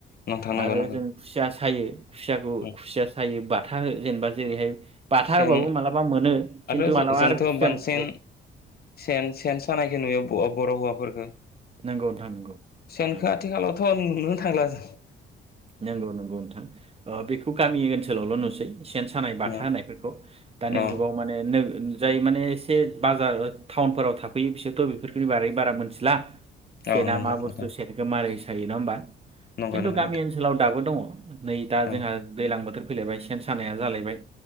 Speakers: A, on the left; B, on the right.
A: नोंथां नंगौ
B: आरो
A: नंगौ
B: जों खुसिया सायो खुसियाखौ
A: उम
B: खुसिया सायोबा थाहो। जेनेबा जेरैहाय। बाथा
A: सेन
B: होबाबो माबलाबा मोनो खिन्थु
A: आरो
B: माब्लाबा
A: जोंथ'
B: आरो खुजान
A: बांसिन
B: औ।
A: सेन सेन सानायखौ नुयो बर' हौवाफोरखौ
B: नंगौ नोंथां नंगौ
A: सेनखौ
B: नंगौ
A: आथिखालावथ' नुनो। <inaudible>
B: नंगौ नंगौ नोंथां बेखौ गामि ओनसोलावल' नु सै। सेन सानाय बाथा
A: औ
B: होनायफोरखौ दानि
A: औ
B: जुगाव माने नो जाय माने एसे बाजार टाउनफोराव थाफैयो बिसोरथ' बेफोरखौनि बारै बारा मिथिला सेना
A: औ नंगौ
B: मा
A: नोंथां
B: बस्थु सेनखौ मारै जायो नङा होमबा।
A: नंगौ
B: खिन्थु
A: नोंथां।
B: गामि ओनसोलाव दाबो दङ। नै दा जोंहा
A: औ
B: दैज्लां बोथोर। फैलायबाय सेन सानाया जालायबाय।